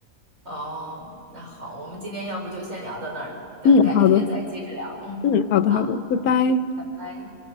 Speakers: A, on the right; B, on the left.
A: 哦，那好，我们今天要不就先聊到那儿，等改天再接着聊。
B: 嗯，好的，
A: 嗯，
B: 嗯，好的好的，
A: 好，
B: 拜拜。
A: 拜拜。